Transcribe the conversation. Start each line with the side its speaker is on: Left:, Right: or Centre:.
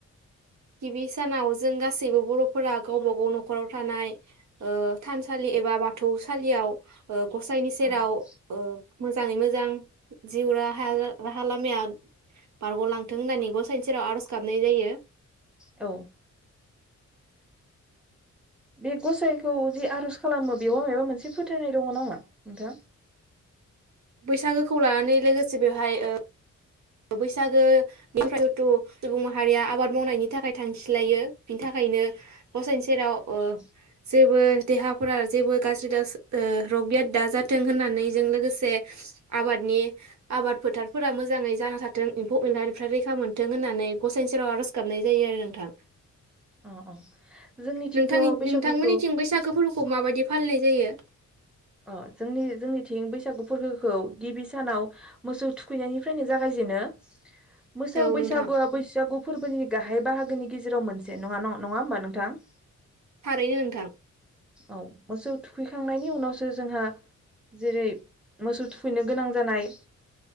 Right: गिबि सानाव जो जों गासैबो बर'फोरा गावबा गाव न'खराव थानाय ओ थानसालि एबा बाथौ सालियाव ओ गसाइनि सेराव
Centre: औ
Right: ओ मोजाङै मोजां जिउ राहाया राहा लामाया बारग'लांथों होननानै गसाइनि सेराव आर'ज गाबनाय जायो।
Centre: औ बि गसाइखौ जि आर'ज खालामो बेयाव माबा मोनसे फोथायनाय दङ नामा नोंथां?
Right: बैसागोखौ लानानै लोगोसे बेवहाय ओ बैसागोनिफ्राय जिथुथु सुबुं माहारिया आबाद मावनायनि थाखाय थांखि लायो बिनि थाखायनो गसाइनि सेराव अ
Centre: औ
Right: जेबो देहाफोरा जेबो गाज्रि दास ओ र'गियाद दा जाथों होननानै जों लोगोसे आबादनि आबाद फोथारफोरा मोजाङै जाना थाथों एम्फौ एनलानिफ्राय रैखा मोनथों होन्नानै गसाइनि सेराव आर'ज गाबनाय जायो आरो नोंथां।
Centre: अ-अ जोंनिथिंथ'
Right: नोंथांनि
Centre: बैसागुखौ
Right: नोंथांमोननिथिं बैसागो फोरबोखौ माबायदि फालिनाय जायो?
Centre: अ जोंनि जोंनिथिं बैसागु फोरबोखौ गिबि सानाव मोसौ थुखैनायनिफ्रायनो जागायजेनो। मोसौ
Right: औ
Centre: बैसागुआ
Right: नोंथां
Centre: बैसागु फोरबोनि गाहाय बाहागोनि गेजेराव मोनसे नङा न नङा होमबा नोंथां?
Right: थारैनो नोंथां
Centre: औ मोसौ थुखैखांनायनि उनावसो जोंहा जेरै मोसौ थुखैनो गोनां जानाय